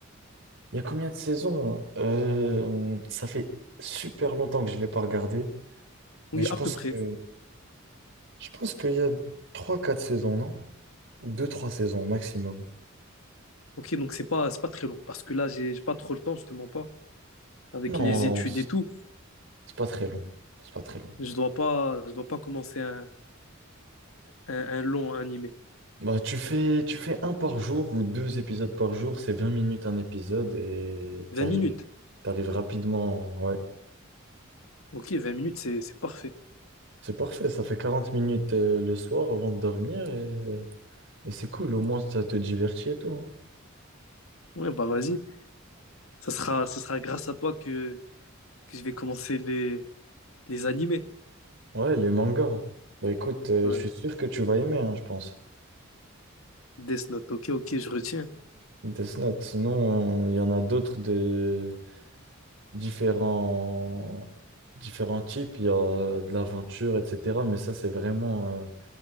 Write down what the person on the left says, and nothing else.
Oui,
à
peu près.
Ok, donc c'est pas, c'est pas très long, parce que là, j'ai j'ai pas trop le temps, je te mens pas, avec
les études et tout.
Je dois pas, je dois pas commencer un, un, un long animé.
vingt
minutes.
Ok, vingt minutes, c'est, c'est parfait.
Ouais, bah vas-y. Ça sera, ça sera grâce à toi que, que je vais commencer les, les animés.
Ouais.
Death Note. Ok, ok, je retiens.